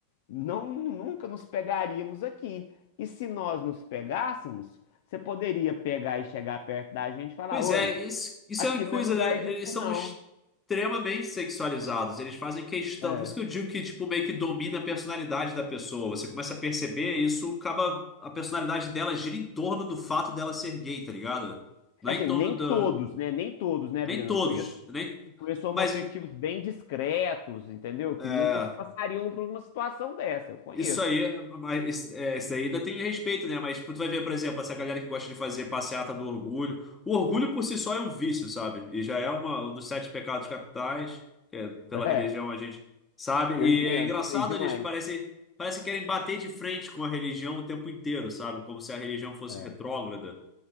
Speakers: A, on the left; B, on the left.
A: não nunca nos pegaríamos aqui. E se nós nos pegássemos, você poderia pegar e chegar perto da gente e falar:
B: Pois
A: Oi,
B: é, isso, isso
A: Aqui
B: é uma coisa,
A: não é lugar
B: né?
A: disso,
B: Eles são
A: não.
B: extremamente sexualizados. Eles fazem questão.
A: É.
B: Por isso que eu digo que, tipo, meio que domina a personalidade da pessoa. Você começa a perceber isso, acaba. A personalidade dela gira em torno do fato dela ser gay, tá ligado? Não
A: Assim,
B: é em
A: nem
B: torno do.
A: todos, né? Nem todos, né,
B: Nem
A: Breno?
B: todos.
A: Eu conheço,
B: Nem...
A: conheço homoafetivos
B: Mas.
A: bem discretos, entendeu? Que
B: É.
A: nunca se passariam por uma situação dessa. Eu conheço.
B: Isso aí,
A: <laughs>
B: mas isso, é, isso aí ainda tem respeito, né? Mas tipo, tu vai ver, por exemplo, essa galera que gosta de fazer passeata do orgulho. O orgulho por si só é um vício, sabe? E já é uma- um dos sete pecados capitais, que é, pela
A: É,
B: religião a gente sabe.
A: eu
B: E
A: entendo,
B: é engraçado,
A: sei demais.
B: eles parecem, parecem que querem bater de frente com a religião o tempo inteiro, sabe? Como se a religião fosse
A: É.
B: retrógrada,